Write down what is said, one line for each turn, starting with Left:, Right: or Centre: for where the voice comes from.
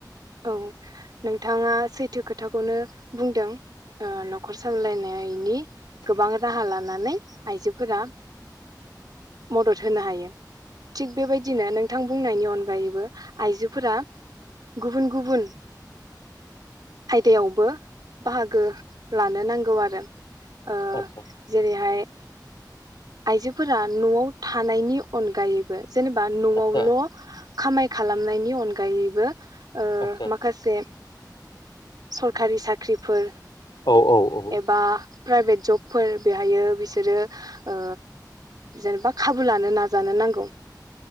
Right: औ नोंथाङा सैथो खोथाखौनो बुंदों ओ न'खर सालायलायनायनि गोबां राहा लानानै आइजोफोरा मदद होनो हायो थिग बेबायदिनो नोंथां बुंनायनि अनगायैबो आइजोफोरा गुबुन गुबुन आयदायावबो बाहागो लानो नांगौ आरो। ओ
Left: आदसा
Right: जेरैहाय आइजोफोरा नआव थानायनि अनगायैबो जेनेबा न'आवल'
Left: आदसा
Right: खामाय खालामनायनि अनगायैबो ओ
Left: आदसा
Right: माखासे सरखारि साख्रिफोर
Left: औ औ औ
Right: एबा प्राइभेट जब। फोर बेहायो बिसोरो ओ जेनेबा खाबु लानो नाजानो नांगौ।